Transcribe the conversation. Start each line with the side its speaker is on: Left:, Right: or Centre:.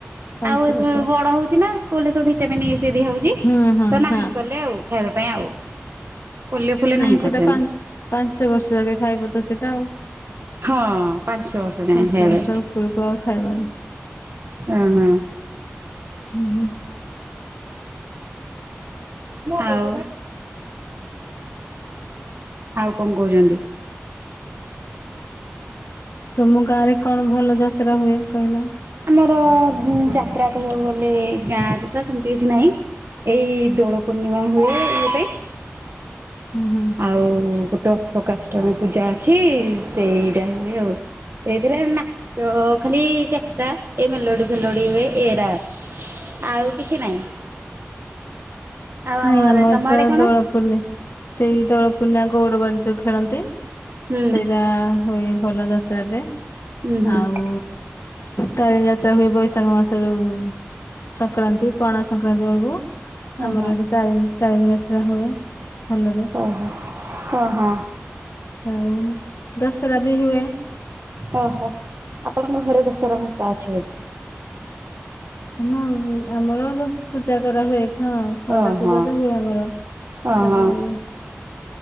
Left: ପାଞ୍ଚ
Right: ଆଉ ଏବେ
Left: ବର୍ଷ ଯାକେ
Right: ବଡ ହଉଛି ନା ସ୍କୁଲରେ ସବୁ ଭିଟାମିନ୍ ଇ ସି ଦିଆ ହଉଛି
Left: ହୁଁ ହୁଁ
Right: ତ ନାହିଁ।
Left: ହଁ।
Right: କଲେ ଆଉ ଖାଇବା ପାଇଁ ଆଉ। ପୋଲିଓ ଫୋଲିଓ
Left: ନାଇଁ
Right: ନାହିଁ
Left: ସେଟା
Right: କରିଛନ୍ତି।
Left: ପା-ପାଞ୍ଚ ବର୍ଷ ଯାକେ ଖାଇବ ତ ସେଇଟା ଆଉ।
Right: ହଁ ପାଞ୍ଚ ବର୍ଷ ଯାଏଁ
Left: ପାଞ୍ଚ
Right: ଖାଇବେ।
Left: ବର୍ଷ ଉପରକୁ ଆଉ ଖାଇବନି।
Right: ଅହଁ।
Left: ହୁଁ ହୁଁ।
Right: ଆଉ। ଆଉ କଣ କହୁଛନ୍ତି?
Left: ତୁମ ଗାଁରେ କଣ ଭଲ ଯାତ୍ରା ହୁଏ କହିଲ।
Right: ତ ଉଁ ଯାତ୍ରା କହିବାକୁ ଗଲେ ଗାଁରେ ତ ସେମତି କିଛି ନାହିଁ। ଏଇ ଦୋଳ ପୂର୍ଣ୍ଣିମା ହୁଏ ଇଏ ପାଇଁ।
Left: ହୁଁ ହୁଁ।
Right: ଆଉ ଗୋଟେ ଅଶୋକାଷ୍ଟମୀ ପୂଜା ଅଛି ସେଇଟା ହୁଏ ଆଉ। ସେଇଥିରେ ନାଚ ଖାଲି ଯାତ୍ରା ଏ ମେଲୋଡି ଫେଲୋଡି ହୁଏ ଏରା। ଆଉ କିଛି ନାହିଁ। ଆଉ
Left: ନାଇଁ ଆମର
Right: ତମ
Left: ତ
Right: ଆଡେ କଣ?
Left: ଦୋଳପୁନେଇ ସେ ସେଇ ଦୋଳ ପୂର୍ଣ୍ଣିମା ଗଉଡ ବାଡି ଯୋଉ ଖେଳନ୍ତି
Right: ହୁଁ
Left: ସେଇଟା ହୁଏ ଭଲ ଯାତ୍ରା ରେ।
Right: ହୁଁ ହୁଁ।
Left: ଆଉ ତାରିଣୀ ଯାତ୍ରା ହୁଏ ବୈଶାଖ ମାସ ଯୋଉ। ସଂକ୍ରାନ୍ତି ପଣା ସଂକ୍ରାନ୍ତି ବେଳକୁ। ଆମର
Right: ଓହୋ।
Left: ଏଠି ତାରିଣୀ ତାରିଣୀ ଯାତ୍ରା ହୁଏ। ଭଲରେ
Right: ଓ ହୋ ହଁ ହଁ।
Left: ଆଉ ଦଶହରା ବି ହୁଏ।
Right: ଓହୋ ଆପଣଙ୍କ ଘରେ ଦଶହରା ଫସରା ଅଛି ବୋଧେ।
Left: ଆମ ଉଁ ଆମର ତ ପୂଜା କରା ହୁଏ ଖ-ଖଣ୍ଡା
Right: ଓହୋ
Left: ପୂଜା ତ ହୁଏ ଆମର। ତାପରେ।
Right: ଓହୋ